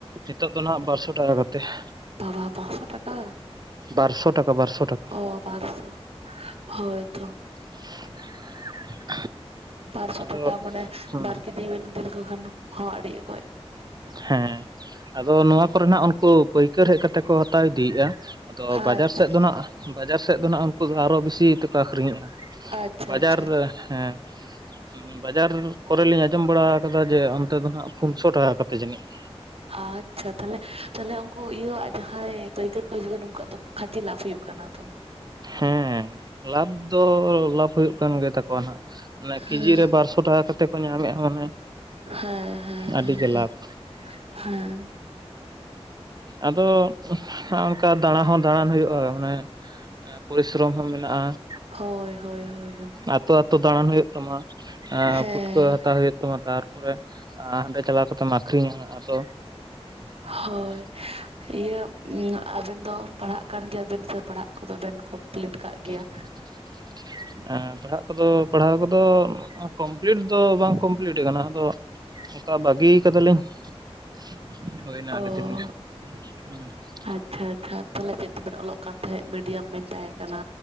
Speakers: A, on the right; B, on the right.
A: ᱱᱤᱛᱚᱜ ᱫᱚ ᱱᱟᱜ ᱵᱟᱨᱥᱚ ᱴᱟᱠᱟ ᱠᱟᱛᱮ ᱾
B: ᱵᱟᱵᱟ ᱯᱟᱸᱪᱥᱚ ᱴᱟᱠᱟ ᱾
A: ᱵᱟᱨᱥᱚ ᱴᱟᱠᱟ ᱵᱟᱨᱥᱚ ᱴᱟᱠᱟ ᱾
B: ᱚ ᱵᱟᱨᱥᱚ ᱦᱳᱭᱛᱚ ᱾
A: <unintelligible>
B: ᱯᱟᱨᱥᱚ
A: ᱟᱫᱚ
B: ᱴᱟᱠᱟ ᱢᱟᱱᱮ
A: ᱦᱩᱸ
B: ᱵᱟᱨ ᱠᱮᱡᱤ ᱵᱮᱱ ᱤᱫᱤ ᱞᱮᱠᱚ ᱠᱷᱟᱱ ᱦᱚᱸ ᱟᱹᱰᱤ ᱚᱠᱚᱡ ᱾
A: ᱦᱮᱸ ᱟᱫᱚ ᱱᱚᱣᱟ ᱠᱚᱨᱮᱱᱟᱜ ᱩᱱᱠᱩ ᱯᱟᱹᱭᱠᱟᱹᱨ ᱦᱮᱡ ᱠᱟᱛᱮ ᱠᱚ ᱦᱟᱛᱟᱣ ᱤᱫᱤᱭᱮᱫᱼᱟ᱾ ᱟᱫᱚ ᱵᱟᱡᱟᱨ
B: ᱟᱪᱪᱷᱟ
A: ᱥᱮᱫ ᱫᱚ ᱱᱟᱸᱜ ᱵᱟᱡᱟᱨ ᱥᱮᱫ ᱫᱚ ᱩᱱᱠᱩ ᱫᱚ ᱟᱨᱚ ᱵᱮᱥᱤ ᱛᱮᱠᱚ ᱟᱹᱠᱷᱨᱤᱧᱮᱜᱼᱟ ᱾
B: ᱟᱪᱪᱷᱟ
A: ᱵᱟᱡᱟᱨ
B: ᱟᱪᱪᱷᱟ
A: ᱦᱮᱸ ᱵᱟᱡᱟᱨ ᱠᱚᱨᱮ ᱞᱤᱧ ᱟᱸᱡᱚᱢ ᱵᱟᱲᱟ ᱟᱠᱟᱫᱟ ᱡᱮ ᱚᱱᱛᱮ ᱫᱚ ᱱᱟᱜ ᱯᱩᱱᱥᱚ ᱴᱟᱠᱟ ᱠᱟᱛᱮ ᱡᱟᱹᱱᱤᱡ ᱾
B: ᱟᱪᱪᱷᱟ ᱛᱟᱦᱚᱞᱮ ᱛᱟᱦᱚᱞᱮ ᱩᱱᱠᱩ ᱤᱭᱟᱹᱣᱟᱜ ᱡᱟᱦᱟᱸᱭ ᱯᱟᱹᱭᱠᱟᱹᱨ ᱠᱚ ᱦᱤᱡᱩᱜ ᱠᱟᱱᱟ ᱩᱱᱠᱩᱣᱟᱜ ᱫᱚ ᱠᱷᱟᱪᱮ ᱞᱟᱵᱷ ᱦᱩᱭᱩᱜ ᱠᱟᱱᱟ ᱛᱚ ᱾
A: ᱦᱮᱸ ᱞᱟᱵᱷ ᱫᱚ ᱞᱟᱵᱷ ᱦᱩᱭᱩᱜ ᱠᱟᱱ ᱜᱮ ᱛᱟᱠᱚᱣᱟ ᱱᱟᱜ ᱾ ᱚᱱᱟ ᱠᱮᱡᱤ
B: ᱦᱮᱸ
A: ᱨᱮ ᱵᱟᱨᱥᱚ ᱴᱟᱠᱟ ᱠᱟᱛᱮᱫ ᱠᱚ ᱧᱟᱢᱮᱫᱼᱟ ᱢᱟᱱᱮ
B: ᱦᱮᱸ ᱦᱮᱸ
A: ᱟᱹᱰᱤᱜᱮ
B: ᱦᱮᱸ
A: ᱞᱟᱵᱷ
B: ᱦᱮᱸ ᱾
A: ᱟᱫᱚ ᱚᱱᱠᱟ ᱫᱟᱬᱟ ᱦᱚᱸ ᱫᱟᱬᱟᱱ ᱦᱩᱭᱩᱜᱼᱟ ᱢᱟᱱᱮ ᱯᱚᱨᱤᱥᱨᱚᱢ ᱦᱚᱸ ᱢᱮᱱᱟᱜᱼᱟ ᱾
B: ᱦᱳᱭ ᱦᱳᱭ ᱦᱳᱭᱳᱭ ᱾
A: ᱟᱛᱳ ᱟᱛᱳ ᱫᱟᱲᱟᱱ ᱦᱩᱭᱩᱜ ᱛᱟᱢᱟ ᱮ
B: ᱦᱮᱸ
A: ᱯᱩᱴᱠᱟᱹ ᱦᱟᱛᱟᱣ ᱦᱩᱭᱩᱜ ᱛᱟᱨᱯᱚᱨᱮ ᱦᱟᱸᱰᱮ ᱪᱟᱞᱟᱣ ᱠᱟᱛᱮᱢ ᱟᱠᱷᱨᱤᱧᱟ ᱟᱫᱚ
B: ᱦᱳᱭ
A: <unintelligible>
B: ᱤᱭᱟᱹ ᱟᱵᱤᱱ ᱫᱚ ᱯᱟᱲᱦᱟᱜ ᱠᱟᱱ ᱜᱮᱭᱟᱵᱤᱱ ᱯᱟᱲᱦᱟᱜ ᱠᱚᱫᱚ ᱵᱮᱱ ᱠᱚᱢᱯᱞᱤᱴ ᱠᱟᱜ ᱜᱮᱭᱟ?
A: <unintelligible>
B: <unintelligible>
A: ᱦᱮᱸ ᱯᱟᱲᱦᱟᱜ ᱠᱚᱫᱚ ᱯᱟᱲᱦᱟᱣ ᱠᱚᱫᱚ ᱠᱚᱢᱯᱞᱤᱴ ᱫᱚ ᱵᱟᱝ ᱠᱚᱢᱯᱞᱤᱴ ᱟᱠᱟᱱᱟ ᱟᱫᱚ ᱚᱱᱠᱟ ᱵᱟᱹᱜᱤ ᱠᱟᱫᱟᱞᱤᱧ ᱾ ᱦᱳᱭᱱᱟ
B: ᱚ
A: ᱟᱹᱰᱤ ᱫᱤᱱ ᱜᱮ ᱾
B: ᱟᱪᱪᱷᱟ ᱟᱪᱪᱷᱟ ᱛᱟᱦᱚᱞᱮ ᱪᱮᱫ ᱛᱮᱵᱮᱱ ᱚᱞᱚᱜ ᱠᱟᱱ ᱛᱟᱦᱮᱸᱫ ᱢᱤᱰᱤᱭᱟᱢ ᱢᱮᱱ ᱛᱟᱦᱮᱸ ᱠᱟᱱᱟ